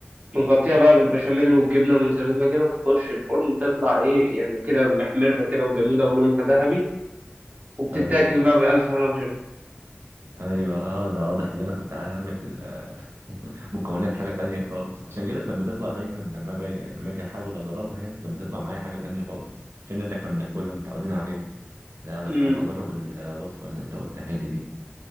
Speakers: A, on the right; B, on the right.
A: بنغطيها بقى بالبشاميل والجبنة الموتزاريلا كده وتخش الفرن تطلع ايه يعني كده محمرة كده وجميلة ولونها ذهبي وبتتاكل
B: ايوه
A: بقى بألف هنا وشفا
B: ايوه اه ده واضح ان انا كنت هعمل <laughs> مكونات حاجه تانية خالص عشان كده كانت بتطلع دايما لما باجي لما اجي احاول اجربها يعني كانت بتطلع معايا حاجه تانية خالص فين اللي احنا بناكلها متعودين عليه لا بس
A: امم
B: هبقى اجرب الوصفه اللي انت قلتها لي دي